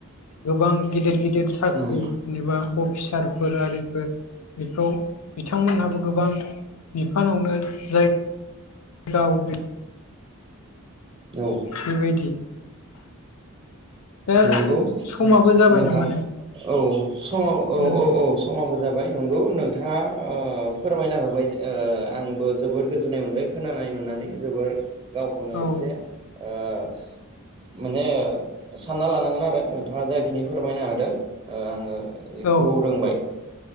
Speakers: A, on the left; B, on the right.
A: गोबां गिदिर गिदिर साख्रि
B: उम
A: जेनेबा अफिसारफोर आरिफोर बेखौ बिथांमोनहाबो गोबां बिफानावनो जाय <unintelligible>
B: औ
A: बेबायदि दा
B: नंगौ
A: समाबो जाबाय
B: नोंथां
A: नामा
B: औ समाव औ
A: उम
B: औ औ समाबो जाबाय नंगौ नोंथाङा फोरमायना होबाय आंबो जोबोर गोजोननाय मोनबाय खोनानाय मोननानै जोबोर गावखौनो
A: औ
B: एसे माने सानना लानांगोन आरो नोंथाङा जायाखिनि फोरमायना होादों आङो बेखौ
A: औ
B: रोंबाय